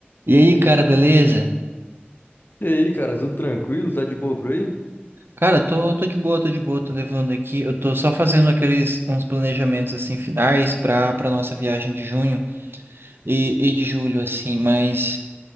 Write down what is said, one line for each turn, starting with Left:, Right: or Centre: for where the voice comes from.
Right: E aí, cara, beleza?
Left: E aí, cara, tudo tranquilo? Tá de boa por aí?
Right: Cara, tô, tô de boa, tô de boa, tô levando aqui. Eu tô só fazendo aqueles uns planejamentos assim finais pra, pra nossa viagem de junho e, e de julho, assim, mas